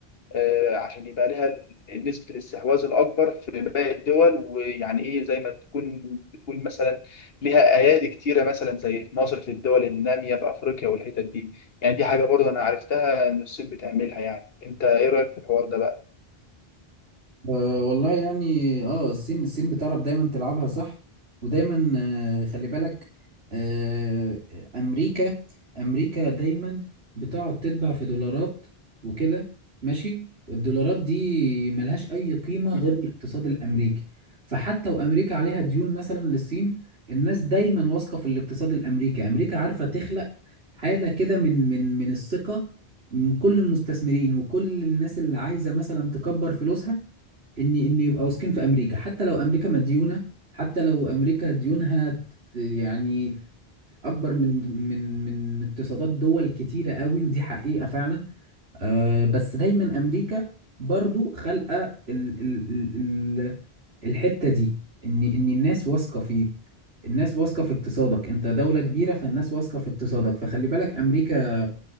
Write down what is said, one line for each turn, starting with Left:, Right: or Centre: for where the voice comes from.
Left: آه، عشان يبقى لها نسبة الاستحواذ الأكبر في باقي الدول ويعني إيه زي ما تكون بتقول مثلا لها أيادي كتيرة مثلا زي في مصر في الدول النامية في أفريقيا والحتت دي يعني دي حاجة برضه أنا عرفتها إن الصين بتعملها يعني أنت إيه رأيك في الحوار ده بقى؟
Right: أه والله يعني اه الصين الصين بتعرف دايما تلعبها صح ودايما آه، خلي بالك آه، امريكا امريكا دايما بتقعد تتبع في دولارات وكده ماشي والدولارات دي ملهاش اي قيمة
Left: مم.
Right: غير الاقتصاد الامريكي فحتى وامريكا عليها ديون مثلا للصين الناس دايما واثقة في الاقتصاد الامريكي امريكا عارفة تخلق حالة كده من من من الثقة من كل المستثمرين وكل الناس اللي عايزة مثلا تكبر فلوسها ان ان يبقى واثقين في امريكا حتى لو امريكا مديونه حتى لو امريكا ديونها ت- يعني اكبر من من من اقتصادات دول كتيره قوي ودي حقيقه فعلا آه، بس دايما امريكا برضو خلقه ال ال ال ال- الحته دي ان ان الناس واثقه فيك الناس واثقه في اقتصادك انت دوله كبيره فالناس واثقه في اقتصادك فخلي بالك امريكا